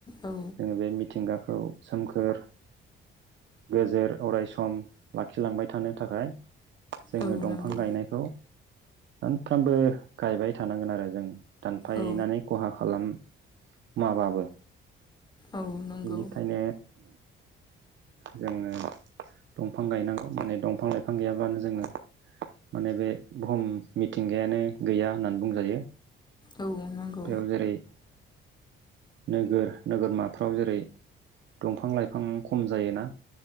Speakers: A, on the left (about 20°); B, on the right (about 60°).
A: औ
B: जोङो बे मिथिंगाखौ सोमखोर गोजोर अराय सम लाखिलांबाय थानो थाखाय। जोङो
A: औ
B: दंफां
A: नंगौ
B: गायनायखौ सानफ्रामबो गायबाय थानांगोन आरो जों। दानफायनानै
A: औ
B: खहा खालामाबाबो।
A: औ नंगौ
B: बेनिखायनो जोङो दंफां गायनांगौ माने दंफां लाइफां गैयाबानो जोङो। माने बे बुहुम मिथिंगायानो गैया होननानै बुंजायो।
A: औ नंगौ
B: बेआव जेरै नोगोर नोगोरमाफ्राव जेरै दंफां लाइफां खम जायोना।